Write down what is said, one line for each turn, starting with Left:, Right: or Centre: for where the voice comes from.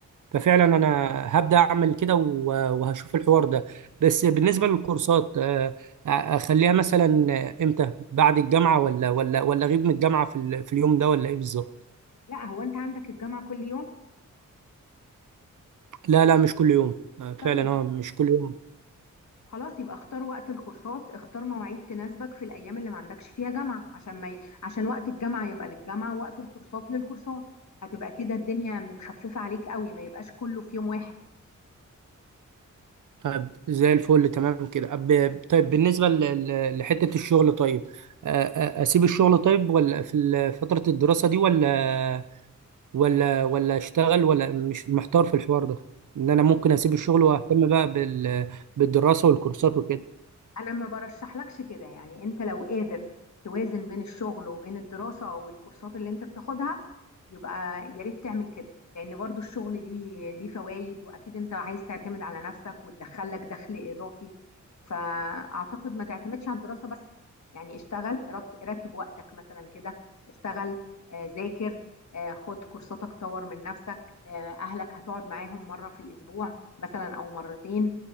Right: ففعلا انا هبدا اعمل كده و- وهشوف الحوار ده بس بالنسبه للكورسات آه، اخليها مثلا امتى بعد الجامعه ولا ولا ولا اغيب من الجامعه في ال- في اليوم ده ولا ايه بالظبط
Left: لا هو انت عندك الجامعه كل يوم
Right: لا لا مش كل يوم آه، فعلا
Left: طيب
Right: اه مش كل يوم
Left: خلاص يبقى اختار وقت الكورسات اختار مواعيد تناسبك في الايام اللي ما عندكش فيها جامعه عشان ما ي... عشان وقت الجامعه يبقى للجامعه ووقت الكورسات للكورسات هتبقى كده الدنيا متخففه عليك قوي ما يبقاش كله في يوم واحد
Right: طيب زي الفل تمام كده أب- طيب بالنسبه ل- ل- لحته الشغل طيب آه، آه، اسيب الشغل طيب ولا في ال- فتره الدراسه دي ولا ولا ولا اشتغل ولا مش محتار في الحوار ده ان انا
Left: والله
Right: ممكن اسيب الشغل واهتم بقى بال... بالدراسه والكورسات وكده
Left: انا ما برشحلكش كده يعني انت لو قادر توازن بين الشغل وبين الدراسة والكورسات اللي انت بتاخدها يبقى يا ريت تعمل كده لان برضو الشغل ليه ليه فوائد واكيد انت عايز تعتمد على نفسك وتدخلك دخل اضافي فاعتقد ما تعتمدش على الدراسة بس يعني اشتغل رت- رتب وقتك مثلا كده اشتغل آه، ذاكر آه، خد كورساتك طور من نفسك آه، اهلك هتقعد معاهم مرة في الاسبوع مثلا او مرتين